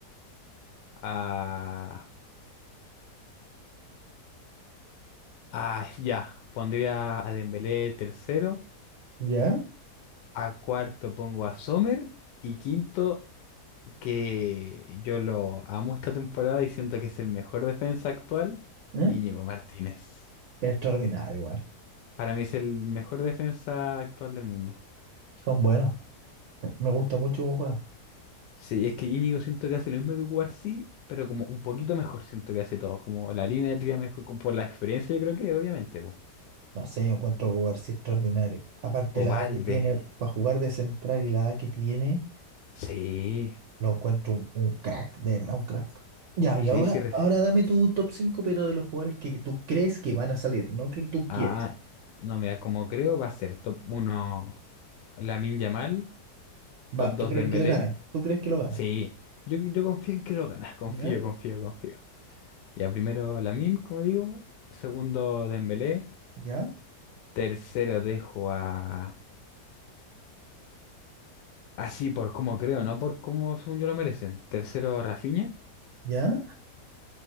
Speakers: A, on the left; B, on the right.
A: a... Ah, ya, pondría a Dembélé tercero,
B: ¿Ya?
A: a cuarto pongo a Sommer y quinto, que yo lo amo esta temporada y siento que es el mejor defensa actual,
B: ¿Mm?
A: Íñigo Martínez.
B: Extraordinario igual.
A: Para mí es el mejor defensa actual del mundo.
B: Son buenos. Me gusta mucho cómo juega.
A: Sí, es que Íñigo siento que hace lo mismo que Cubarsí, pero como un poquito mejor siento que hace todo. Como la línea de tría mejor, como por la experiencia, yo creo que obviamente. po.
B: No sé, yo encuentro jugar sí extraordinario. Aparte
A: Ovalde.
B: la edad que tiene para jugar de central y la edad que tiene.
A: Sí.
B: Lo encuentro un, un crack, de verdad, un crack. Ya, y
A: Sí,
B: ahora,
A: sí. reci-
B: ahora dame tu top 5 pero de los jugadores que tú crees que van a salir, no que tú quieres.
A: Ah, no, mira, como creo va a ser top 1 Lamine Yamal, top
B: Va, ¿tú
A: 2
B: crees
A: Dembélé.
B: que él gana? ¿Tú crees que lo gana?
A: Sí, yo, yo confío en que lo ganas, <laughs> confío,
B: ¿Ya?
A: confío, confío. Ya primero Lamine, como digo, segundo Dembélé,
B: ¿Ya?
A: tercero dejo a Así por como creo, no por como según yo lo merecen. Tercero, Rafinha.
B: ¿Ya?